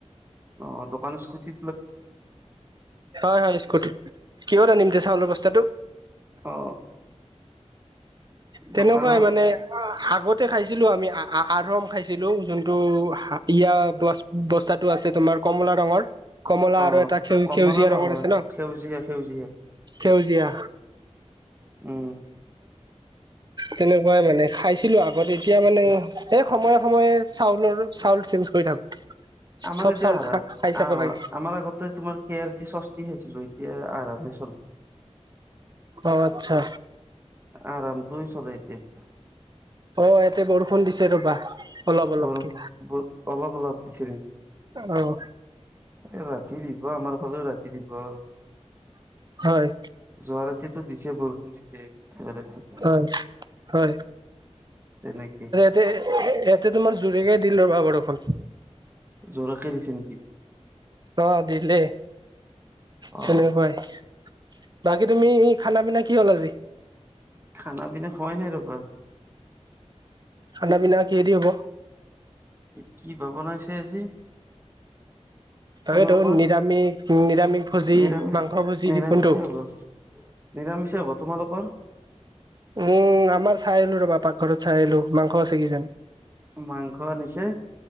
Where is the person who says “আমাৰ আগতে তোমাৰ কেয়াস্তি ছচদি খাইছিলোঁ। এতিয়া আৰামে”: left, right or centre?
Right